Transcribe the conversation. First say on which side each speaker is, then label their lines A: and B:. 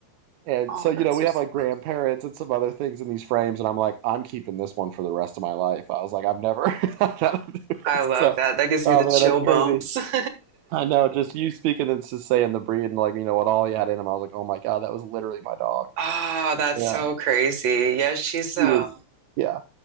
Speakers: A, on the right (about 75°); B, on the right (about 60°).
A: And
B: oh,
A: so, you
B: that's
A: know, we
B: so. s-
A: have like grandparents and some other things in these frames, and I'm like, I'm keeping this one for the rest of my life. I was like, I've never. <laughs>
B: I love
A: so,
B: that. That gives me
A: oh
B: the chill
A: man, that's crazy.
B: bumps. <laughs>
A: I know, just you speaking and just saying the breed and like you know what all he had in him. I was like, oh my god, that was literally my dog.
B: Oh, that's
A: Yeah,
B: so crazy. Yeah, she's
A: he
B: uh
A: was. Yeah,